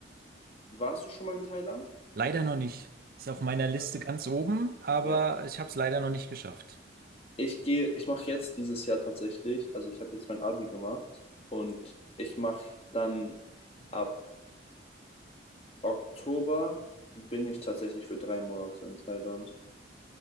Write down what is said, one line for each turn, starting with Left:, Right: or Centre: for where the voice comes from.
Left: Warst du schon mal in Thailand?
Right: Leider noch nicht. Ist auf meiner Liste
Left: Ja.
Right: ganz oben, aber
Left: Ja.
Right: ich habe es leider noch nicht geschafft.
Left: Ich gehe ich mache jetzt dieses Jahr tatsächlich also, ich habe jetzt mein Abi gemacht und ich mache dann ab Oktober bin ich tatsächlich für drei Monate in Thailand.